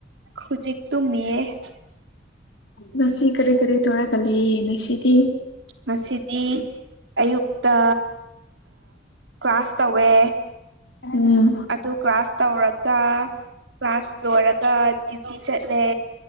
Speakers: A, on the right; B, on the left.
A: ꯈꯖꯤ ꯇꯨ ꯃꯤꯌꯦꯛꯦ
B: ꯅꯁꯤ ꯀꯔꯤ ꯀꯔꯤ ꯊꯔ ꯀ ꯂꯩ ꯅꯁꯤꯗꯤ
A: ꯉꯁꯤꯗꯤ ꯑꯌꯨꯛꯇ ꯀ꯭ꯂꯥꯁ ꯇꯧꯋꯦ
B: ꯎꯝ
A: ꯑꯗꯨ ꯀ꯭ꯂꯥꯁ ꯇꯧꯔꯒ ꯀ꯭ꯂꯥꯁ ꯂꯣꯏꯔꯒ ꯗ꯭ꯌꯨꯇꯤ ꯆꯠꯂꯦ